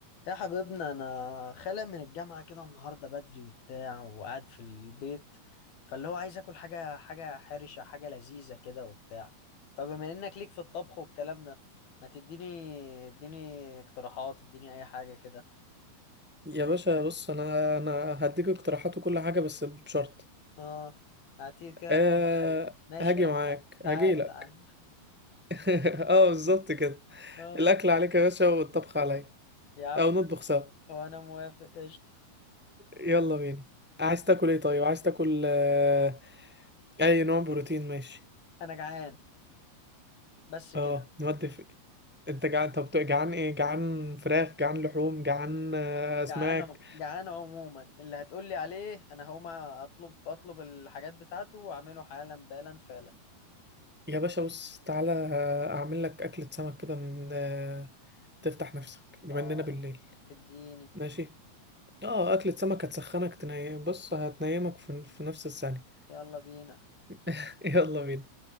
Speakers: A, on the left; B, in the centre.
A: يا حبيبنا انا خالق من الجامعه كده النهارده بدري وبتاع وقاعد في البيت فاللي هو عايز اكل حاجه حاجه حرشه حاجه لذيذه كده وبتاع فبما انك ليك في الطبخ والكلام ده ما تديني اديني اقتراحات اديني اي حاجه كده
B: يا باشا بص انا انا هديك اقتراحات وكل حاجه بس بشرط
A: اه هاتيه كده
B: أه
A: خد معايا ماشي
B: هاجي
A: يا عم
B: معاك
A: تعالى تعالى
B: هاجي لك
A: تعالى
B: <laughs> اه بالظبط كده
A: اه
B: الاكل عليك يا باشا والطبخ عليا
A: يا عم
B: او نطبخ سوا
A: وانا موافق قشطه
B: يلا بينا عايز تاكل ايه طيب عايز تاكل آه، اي نوع بروتين ماشي
A: انا جعان بس كده
B: اه نودي في... انت جعان طب جعان ايه جعان فراخ جعان لحوم جعان آه، اسماك
A: جعان جعان عموما اللي هتقول لي عليه انا هقوم اطلب اطلب الحاجات بتاعته واعمله حالا بالا فعلا
B: يا باشا بص تعالى آه، اعمل لك اكلة سمك كده من آه، تفتح نفسك بما
A: اه
B: اننا بالليل
A: اديني
B: ماشي اه اكلة سمك هتسخنك تني بص هتنيمك في, في نفس الثانية
A: يلا بينا
B: <laughs> يلا بينا